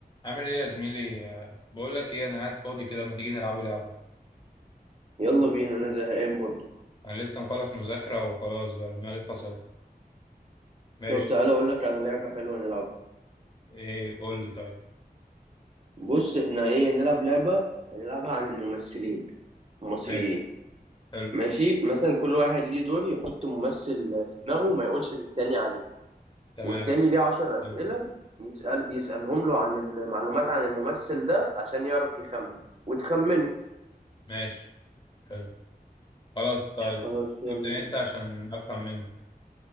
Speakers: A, on the left; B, on the right.
A: عامل ايه يا زميلي آه، بقول لك ايه انا قاعد فاضي كده ما تيجي نلعبوا لعبه
B: يلا بينا انا زهقان برضو
A: انا لسه مخلص مذاكره وخلاص بقى دماغي فصلت ماشي
B: طب تعالى اقول لك على لعبة حلوة نلعبها
A: ايه قول لي طيب
B: بص احنا ايه نلعب لعبة نلعبها عن الممثلين المصريين
A: ماشي حلو
B: ماشي مثلا كل واحد ليه دور يحط ممثل في دماغه وما يقولش للتاني عليه
A: تمام
B: والتاني ليه عشر أسئلة
A: حلو
B: يسأل يسألهم له عن المعلومات عن الممثل ده عشان يعرف يخمن وتخمنه
A: ماشي حلو خلاص طيب
B: خلاص يلا
A: ابدا
B: بينا
A: انت عشان افهم منك